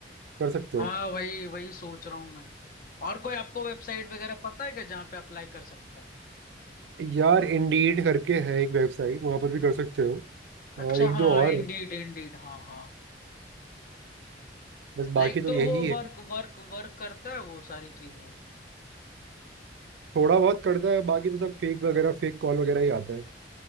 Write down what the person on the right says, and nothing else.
कर सकते हो
यार इंडीड करके है एक वेबसाइट वहां पर भी कर सकते हो और
एक
दो और
है
बस
बाकी तो
यही
है
थोड़ा बहुत करता है बाकी तो सब फेक वगैरह फेक कॉल वगैरह ही आता है